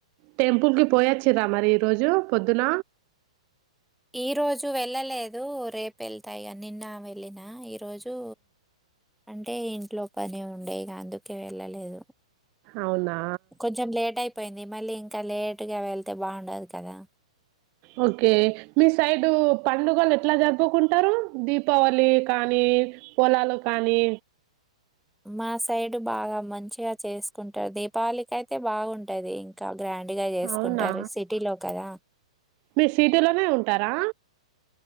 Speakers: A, on the right; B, in the centre.
A: టెంపుల్ కి పోయచ్చరా మరి ఈ రోజు పొద్దున
B: ఈరోజు వెళ్ళలేదు, రేపు వెళ్తాయి ఇగా నిన్న వెళ్ళిన ఈరోజు అంటే ఇంట్లో పని ఉండే, ఇక అందుకే వెళ్ళలేదు.
A: అవునా
B: కొంచెం లేట్ అయిపోయిం మళ్ళీ ఇంకా లేటుగా వెళ్తే బాగుండదు కదా
A: ఓకే మీ సైడ్ పండుగలు ఎట్లా జరుపుకుంటారు దీపావళి కానీ పొలాలు కానీ
B: మా సైడ్ బాగా మంచిగా చేసుకుంటారు దీపావళికి అయితే బాగుంటది ఇంకా గ్రాండ్ గా చేసుకుంటారు
A: అవునా
B: సిటీలో కదా
A: మీ సీటీలోనే ఉంటారా